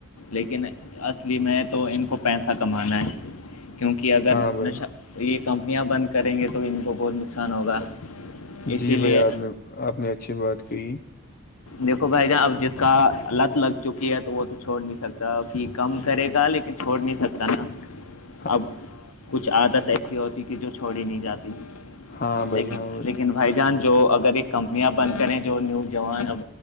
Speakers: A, on the left (about 85°); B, on the left (about 40°).
A: لیکن اصلی میں تو ان کو پیسہ کمانا ہے کیونکہ کہ اگر
B: ہاں بھائی
A: نشیہ کمپنیاں بند کریں گے تو ان کو بہت نقصان ہوگا اسی
B: جی
A: لیے
B: بھائی آپ نے آپ نے اچھی بات کہی
A: دیکھو بھائی جان اب جس کا لت لگ چکی ہے تو وہ تو چھوڑ نہیں سکتا اب کم کرے گا لیکن چھوڑ نہیں سکتا نا
B: <inaudible>
A: اب کچھ عادت ایسی ہوتی کبھی جو چھوڑی نہیں جاتی
B: ہاں بھائی
A: لیکن
B: ہاں
A: لیکن بھائی جان جو اگر ایک کمپنیاں بند کریں جو نیو جوان اب